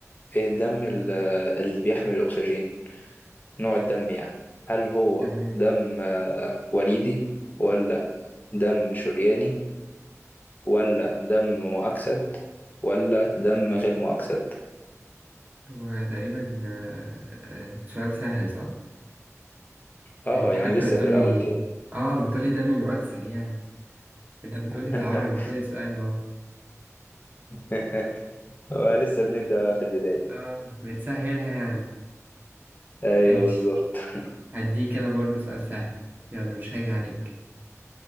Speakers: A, on the left (about 30°); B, on the right (about 30°).
A: إيه الدم ال- اللي بيحمل الأكسجين نوع الدم يعني هل هو
B: تمام
A: دم آه، وريدي ولا دم شرياني ولا دم مؤكسد ولا دم غير مؤكسد؟
B: هو تقريبا آه، آه، سؤال سهل صح؟
A: آه
B: انت
A: يعني
B: حتى
A: لسه
B: بتقولي
A: في الأول
B: اه بتقولي دم مؤكسد يعني انت بتقولي
A: كده
B: بالعربي خد السؤال اهو
A: <laughs> لسه بنبدأ بقى في البداية
B: اه بتسهلها يعني
A: ايوه
B: ايش
A: بالظبط <laughs>
B: هديك انا برضو سؤال سهل يلا مش هاجي عليك